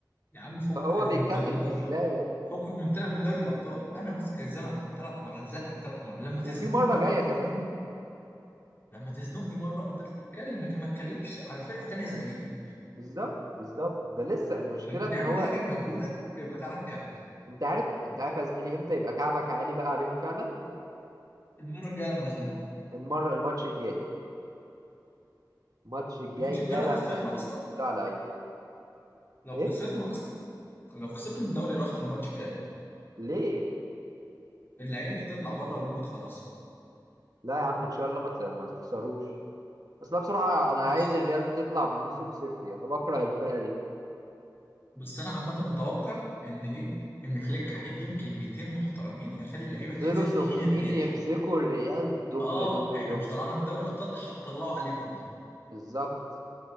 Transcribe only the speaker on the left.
يا عم فكك
من طلع من دوري
الابطال
فكك من طلع من دوري الابطال انا ماسك الزنقه ثلاث مرات زنقك ثلاث مرات لما
تزنقني
مره
منهم لما تزنقني مره ابقى تعالى اتكلم لكن ما تتكلمش على فرقه تانيه زنقتني
لما
تعمل
حاجه بمجهودك ابقى تعالى اتكلم
المره الجايه لما نزنقك
الماتش الجاي
لو
خسرنا
اصلا
لو
خسرنا اصلا لو خسرنا الدوري راح في الماتش الجاي
اللعيبه هتطلع بره المود خلاص
بس
بس انا عامه متوقع ان ايه ان فليك هيديهم كلمتين محترمين هيخلي اللعيبه
تنزل
تهين الريال
اه
احنا
مش طلعنا من دوري الابطال هتطلعوا عليكم بقى